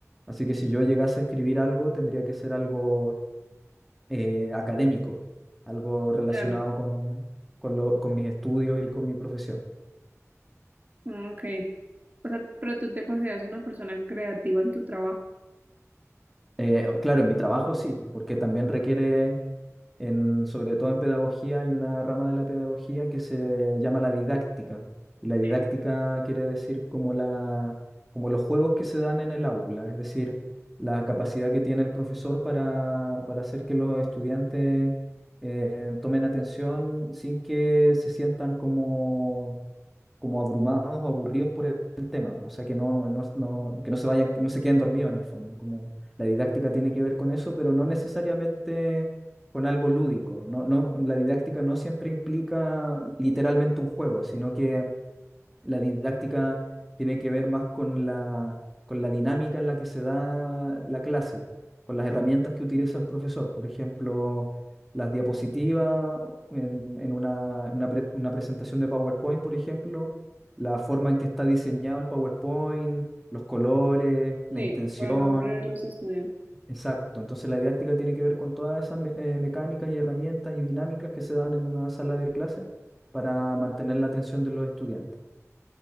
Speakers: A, in the centre; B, on the right.
A: Así que si yo llegase a escribir algo, tendría que ser algo eh, académico, algo relacionado
B: Claro.
A: con, con, lo- con mis estudios y con mi profesión.
B: Ah, Ok. O sea, pero tú te consideras una persona creativa en tu trabajo.
A: Eh, claro, en mi trabajo sí, pues, porque también requiere, en, sobre todo en pedagogía, hay una rama de la pedagogía que se llama la didáctica. Y la didáctica
B: Sí.
A: quiere decir como la, como los juegos que se dan en el aula, es decir, la capacidad que tiene el profesor para, para hacer que los estudiantes eh, tomen atención sin que se sientan como como abrumados o aburridos por el, el tema, o sea, que no, no, no- que no se vayan, que no se queden dormidos en el fondo, como la didáctica tiene que ver con eso, pero no necesariamente con algo lúdico, no, no, la didáctica no siempre implica literalmente un juego, sino que la didáctica tiene que ver más con la, con la dinámica en la que se da la clase, con las herramientas que utiliza el profesor. Por ejemplo, las diapositivas en, en una, una pre- una presentación de PowerPoint, por ejemplo, la forma en que está diseñado el PowerPoint, los colores, la
B: Sí,
A: intención.
B: para no aburrir a los estudiantes.
A: Exacto. Entonces la didáctica tiene que ver con todas esas me- eh, mecánicas y herramientas y dinámicas que se dan en una sala de clase para mantener la atención de los estudiantes.